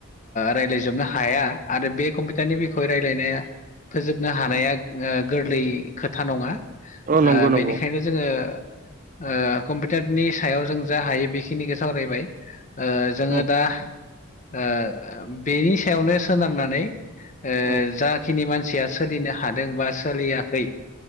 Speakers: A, on the left; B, on the right.
A: रायज्लायजोबनो हाया । आरो बे कम्पिउटारनि बिखय रायज्लायनाया फोजोबनो हानाया गोरलै खोथा नङा
B: औ नंगौ
A: ओ
B: नंगौ
A: बेनिखायनो जोङो ओ कम्पिउटारनि सायाव जों जा हायो बेखिनिखौ सावरायबाय । ओ जोङो
B: उम
A: दा ओ बेनि सायावनो सोनारनानै ओ आ
B: उम
A: जाखिनि मानसिया सोलिनो हादों बा सोलियाखै ।